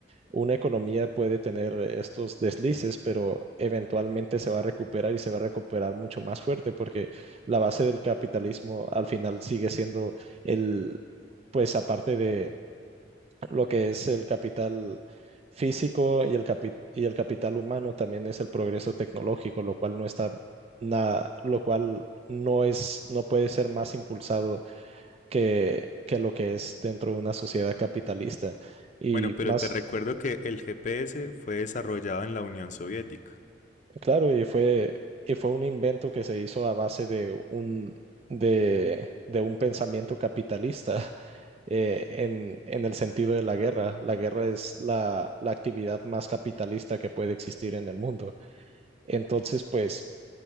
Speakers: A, on the right; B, on the left.
A: una economía puede tener eh, estos deslices, pero eventualmente se va a recuperar y se va a recuperar mucho más fuerte porque la base del capitalismo al final sigue siendo el, pues aparte de lo que es el capital físico y el capi- y el capital humano, también es el progreso tecnológico, lo cual no está na- lo cual no es, no puede ser más impulsado que, que lo que es dentro de una sociedad capitalista. Y
B: Bueno, pero
A: más,
B: te recuerdo que el GPS fue desarrollado en la Unión Soviética.
A: Claro, y fue, y fue un invento que se hizo a base de un, de, de un pensamiento capitalista <laughs> eh, en, en el sentido de la guerra. La guerra es la, la actividad más capitalista que puede existir en el mundo. Entonces, pues